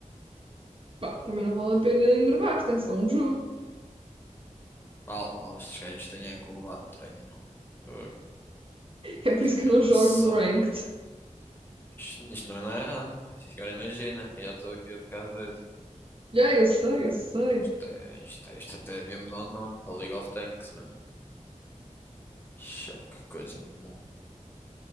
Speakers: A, on the right; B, on the left.
A: Pá, também não vale a pena enervar-te, é só um jogo. <laughs>
B: Ah lá, estes gajos têm é que levar treino, meu. Ah,
A: É por
B: Isso
A: isso
B: é
A: que
B: uma
A: eu
B: impressão,
A: não jogo o ranked.
B: meu. Isto, isto também não é rango. Isto Agora imagina, já estou aqui a ficar doido.
A: Já, eu sei, eu sei.
B: Isto, é, isto, é, isto até devia mudar o nome para League of Tanks, meu. Choque, coisa do mal.